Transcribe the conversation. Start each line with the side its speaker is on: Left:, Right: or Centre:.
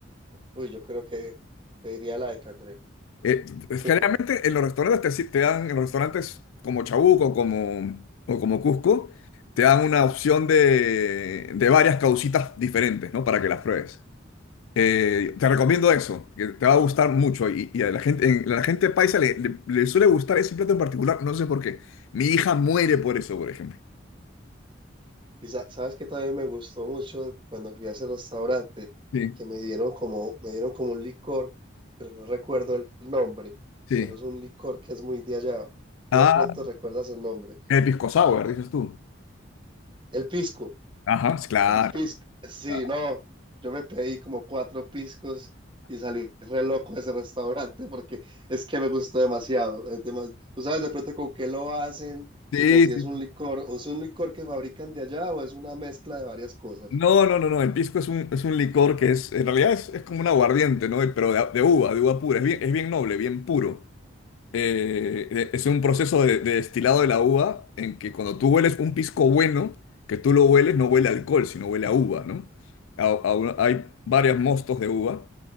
Right: uy, yo creo que pediría la de cangrejo.
Left: Eh,
Right: <laughs>
Left: generalmente en los restaurantes te, si- te dan, en los restaurantes como Chabuco como, o como Cusco, te dan una opción de, de varias causitas diferentes, ¿no? Para que las pruebes. Eh, te recomiendo eso, que te va a gustar mucho. Y, y a la gente, en- la gente paisa le, le- le suele gustar ese plato en particular, no sé por qué. Mi hija muere por eso, por ejemplo.
Right: Y sa- sabes que también me gustó mucho cuando fui a ese restaurante,
Left: Sí,
Right: que me dieron como, me dieron como un licor, pero no recuerdo el nombre,
Left: sí.
Right: pero es un licor que es muy de allá. Tú
Left: Ah,
Right: de pronto recuerdas el nombre.
Left: el pisco sour, dices tú.
Right: El pisco,
Left: Ajá, sí, claro.
Right: el pisco. Sí,
Left: Ah,
Right: no, yo me pedí como cuatro piscos y salí re loco de ese restaurante porque es que me gustó demasiado. Es demas- Tú sabes de pronto con qué lo hacen,
Left: Sí,
Right: o si
Left: sí.
Right: es un licor, o es un licor que fabrican de allá, o es una mezcla de varias cosas.
Left: No, no, no, no. El pisco es un, es un licor que es, en realidad es, es como un aguardiente, ¿no? Pero de, de uva, de uva pura. Es bien, es bien noble, bien puro. eh, es un proceso de, de destilado de la uva en que cuando tú hueles un pisco bueno, que tú lo hueles, no huele a alcohol, sino huele a uva, ¿no? A- a una- hay varios mostos de uva.